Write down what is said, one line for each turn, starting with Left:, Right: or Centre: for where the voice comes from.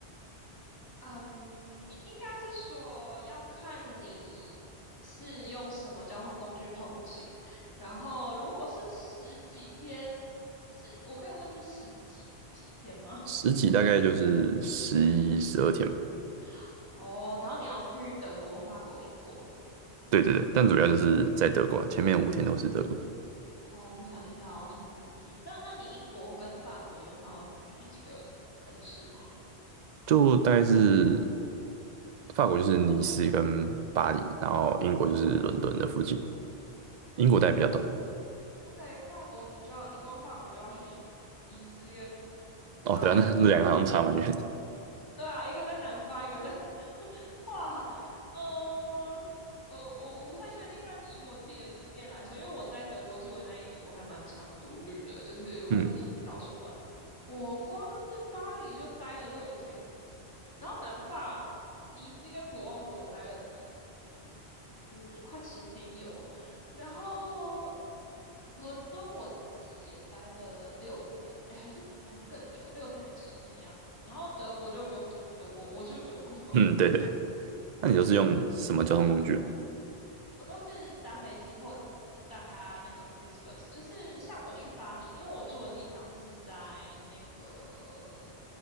Left: 嗯，应应该是说要看你是用什么交通工具通勤，然后如果是十几天，是我可以问是十几几天吗？
Right: 十几大概就是十一、十二天吧。
Left: <laughs> 哦，然后你要去德国、法国、英国。
Right: 对对对，但主要就是在德国啊，前面五天都是德国，
Left: 哦，我想一下哦，十一。那那你英国跟法国，你有想要去几个城市吗？
Right: 就大概是法国就是尼斯跟巴黎，然后英国就是伦敦的附近，英国待比较短。
Left: OK，法国你就要，你光法国就要去尼斯跟
Right: 哦，
Left: 巴黎，
Right: 对啊，那那两个好像差蛮远的。
Left: 对啊，一个在南法，一个在，<laughs> 哇，呃，呃，我我不太确定，但以我自己的经验来说，因为我在德国住的那一年，我还蛮常独旅的，就是会自己去到处玩。
Right: 嗯
Left: 我光是巴黎就待了六天，然后南法尼斯跟普罗旺斯我待了可能嗯快十天有，然后伦敦我自己也待了六天，哎，还是还是更久，六天还是七天的样子。然后德国就不用讲了，德国我住德国，<laughs>
Right: 嗯，对对。那你都是用什么交通工具啊
Left: 嗯，我都是搭飞机或搭那个 FlixBus，就是像我去巴黎，因为我住的地方是在那个